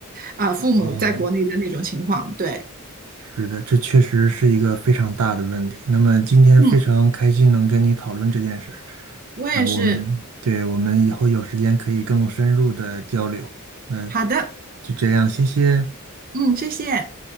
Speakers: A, on the right (about 40°); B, on the right (about 70°).
A: 呃父母在国内的那种情况，
B: 嗯，
A: 对，
B: 是的，这确实是一个非常大的问题。那么今天非常开心能跟你讨论这件事，
A: 嗯，我也是，
B: 然后我们，对，我们以后有时间可以更深入的交流。那
A: 好的，
B: 就这样，谢谢。
A: 嗯，谢谢。